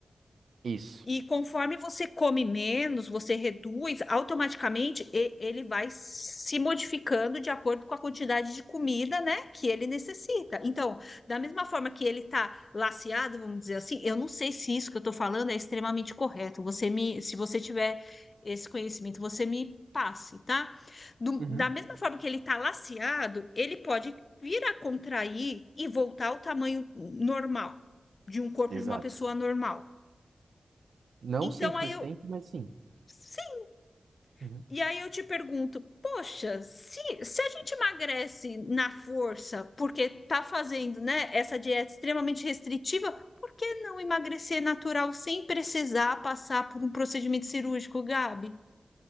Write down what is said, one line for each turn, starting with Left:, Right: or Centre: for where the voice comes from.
Right: Isso.
Left: E conforme você come menos, você reduz, automaticamente e- ele vai se modificando de acordo com a quantidade de comida, né, que ele necessita. Então, da mesma forma que ele está laceado, vamos dizer assim, eu não sei se isso que eu estou falando é extremamente correto. Você me, se você tiver esse conhecimento, você me passe, tá? Do-
Right: uhum,
Left: da mesma forma que ele está laceado, ele pode vir a contrair e voltar ao tamanho normal de um corpo
Right: Exato.
Left: de uma pessoa normal.
Right: Não
Left: Então,
Right: cem por
Left: aí eu,
Right: cento, mas sim.
Left: Sim.
Right: uhum.
Left: E aí eu te pergunto, poxa, se, se a gente emagrece na força, porque tá fazendo, né, essa dieta extremamente restritiva, por que não emagrecer natural sem precisar passar por um procedimento cirúrgico, Gabi?